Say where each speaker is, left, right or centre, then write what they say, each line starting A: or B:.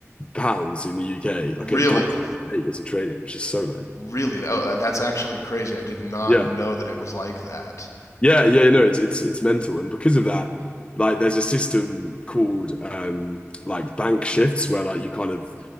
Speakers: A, on the left; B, on the left.
A: pounds in the UK.
B: really,
A: Like a doctor eight years of training, which is so low.
B: really. Oh, that's actually crazy. I did not
A: Yeah,
B: know that it was like that.
A: yeah, yeah. No, it's it's it's mental, and because of that, like, there's a system called um like bank shifts where like you kind of